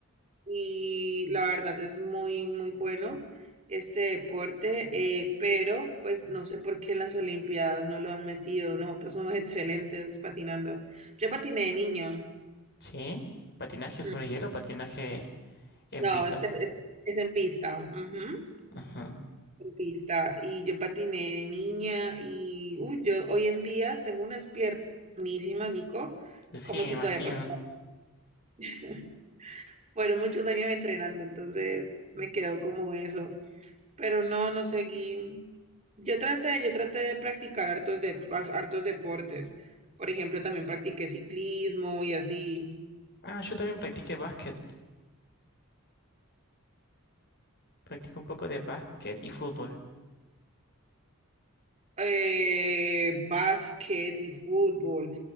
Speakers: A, on the right; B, on the left.
A: y la verdad es muy, muy bueno este deporte, eh, pero pues no sé por qué en las Olimpiadas no lo han metido, nosotros somos <laughs> excelentes patinando. Yo patiné de niña,
B: Sí. Patinaje sobre
A: Mm,
B: hielo, patinaje en
A: no,
B: pista.
A: es, es- es en pista, ujú,
B: Ajá.
A: en pista, y yo patiné de niña y uy, yo hoy en día tengo unas piernísimas, Nico,
B: Sí,
A: como
B: me
A: si
B: imagino.
A: todavía patinara. <laughs> Fueron muchos años entrenando, entonces me quedó como eso. pero no, no seguí. Yo traté, yo traté de practicar hartos, de, as- hartos deportes. Por ejemplo, también practiqué ciclismo y así,
B: Ah, yo también practiqué básquet. Practiqué un poco de básquet y fútbol.
A: eh, básquet y fútbol.